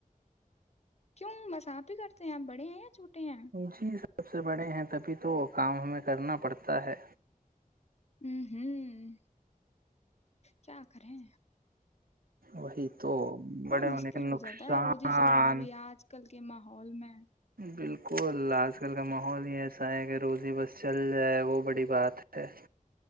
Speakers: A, on the left; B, on the right.
A: کیوں بس آپ ہی کرتے ہیں آپ بڑے ہیں یا چھوٹے ہیں
B: جی سب سے بڑے ہیں تبھی تو کام ہمیں کرنا پڑتا ہے
A: ہوں ہوں کیا کریں
B: وہی تو
A: بڑا
B: بڑے
A: مشکل
B: ہونے کے
A: ہو
B: نقصان
A: جاتا ہے روزی چلانا بھی آج کل کے ماحول میں
B: بالکل آج کل کا ماحول ہی ایسا ہے کہ روزی بس چل جائے وہ بڑی بات ہے